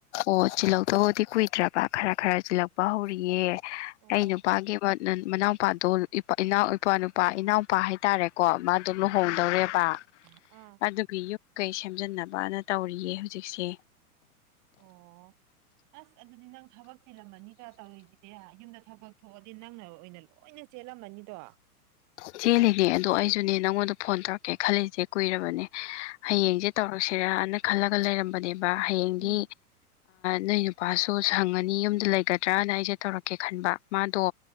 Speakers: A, on the left; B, on the right.
A: ꯑꯣ ꯆꯤꯜꯂꯛꯇꯕꯨꯗꯤ ꯀꯨꯏꯗ꯭ꯔꯕ ꯈꯔ ꯈꯔ ꯆꯤꯜꯂꯛꯄ ꯍꯧꯔꯤꯌꯦ
B: ꯑꯣ
A: ꯑꯩ ꯅꯨꯄꯥꯒꯤ ꯅ ꯃꯅꯥꯎꯄꯥꯗꯣ ꯏꯄꯥ ꯏꯄ꯭ꯋꯥꯅꯨꯄꯥ ꯏꯅꯥꯎꯄꯥ ꯍꯥꯏꯇꯥꯔꯦꯀꯣ ꯃꯥꯗꯨꯣ
B: ꯎꯝ
A: ꯂꯨꯍꯣꯡꯗꯧꯔꯦꯕ
B: ꯎꯝ ꯑꯥ
A: ꯑꯗꯨꯒꯤ ꯌꯨꯝ ꯀꯩ ꯁꯦꯝꯖꯤꯟꯅꯕꯅ ꯇꯧꯔꯤꯌꯦ ꯍꯧꯖꯤꯛꯁꯦ
B: ꯑꯣ ꯑꯁ ꯑꯗꯨꯗꯤ ꯅꯪ ꯊꯕꯛ ꯆꯤꯜꯂꯝꯃꯅꯤꯗ ꯇꯧꯔꯤꯁꯦ ꯗꯤ ꯌꯨꯝꯗ ꯊꯕꯛ ꯊꯣꯛꯑꯗꯤ ꯅꯪꯅ ꯑꯣꯏꯅ ꯂꯣꯏꯅ ꯆꯦꯜꯂꯝꯃꯅꯤꯗꯣ
A: ꯆꯦꯜꯂꯤꯅꯦ ꯑꯗꯣ ꯑꯩꯁꯨꯅꯦ ꯅꯪꯉꯣꯟꯗ ꯐꯣꯟ ꯇꯧꯔꯛꯀꯦ ꯈꯜꯂꯤꯁꯦ ꯀꯨꯏꯔꯕꯅꯦ
B: ꯑꯥ
A: ꯍꯌꯦꯡꯁꯦ ꯇꯧꯔꯛꯁꯤꯔꯅ ꯈꯜꯂꯒ ꯂꯩꯔꯝꯕꯅꯦꯕ ꯍꯌꯦꯡꯗꯤ
B: ꯎꯝ
A: ꯅꯣꯏ ꯅꯨꯄꯥꯁꯨ ꯁꯪꯉꯅꯤ ꯌꯨꯝꯗ ꯂꯩꯒꯗ꯭ꯔꯥꯅ ꯑꯩꯁꯦ ꯇꯧꯔꯛꯀꯦ ꯈꯟꯕ ꯃꯥꯗꯣ